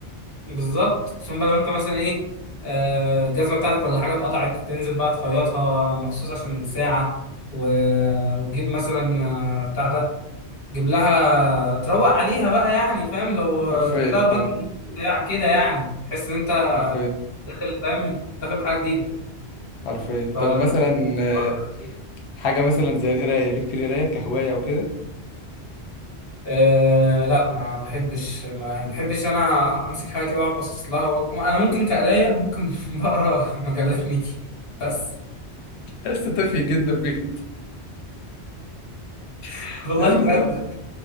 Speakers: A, on the left; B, on the left.
A: بالظبط خصوصا بقى لو انت مثلا ايه آه، الجزمه بتاعتك ولا حاجه اتقطعت تنزل بقى تخيطها مخصوص عشان الساعه و... وتجيب مثلا آه، بتاع ده تجيب لها تروق عليها بقى يعني فاهم لو
B: حرفيا
A: تجيب لها الباج
B: اه
A: جديد بتاع كده يعني تحس ان انت
B: حرفيا
A: داخل فاهم داخل بحاجه جديده
B: حرفيا
A: فالحوار
B: طب مثلا آه،
A: ده لذيذ.
B: حاجة مثلا زي القراية ليك في القراية كهواية أو كده
A: أه لا ما بحبش ما بحبش انا امسك حاجه كده واقعد باصص لها وأك- انا ممكن كقرايه ممكن <laughs> بقرا مجلات ميكي بس
B: يا اسطى تافه جدا بجد
A: <laughs>
B: <laughs>
A: والله
B: يا ابني
A: بجد
B: لا